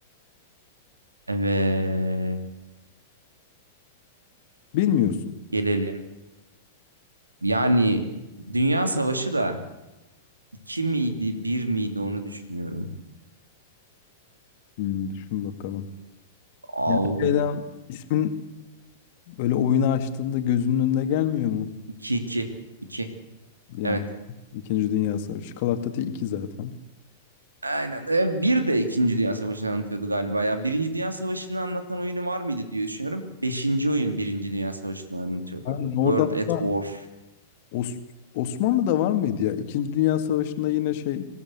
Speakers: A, on the right; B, on the left.
A: Evet.
B: Bilmiyorsun.
A: Gelelim. Yani Dünya Savaşı da iki miydi, bir miydi onu düşünüyorum.
B: Hmm, düşün bakalım.
A: Au.
B: Yani şeyden, ismin Böyle oyunu açtığında gözünün önüne gelmiyor mu?
A: iki iki iki
B: Yani
A: Evet.
B: İkinci Dünya Savaşı. Call of Duty 2 zaten.
A: Aynen. E, bir de İkinci Dünya Savaşı'nı anlatıyordu galiba ya. Birinci Dünya Savaşı'nı anlatan oyunu var mıydı diye düşünüyorum. Beşinci oyun Birinci Dünya Savaşı'nı anlatıyordu.
B: Aynen orada
A: World at
B: hatta
A: War.
B: Os- Osmanlı'da var mıydı ya? İkinci Dünya Savaşı'nda yine şey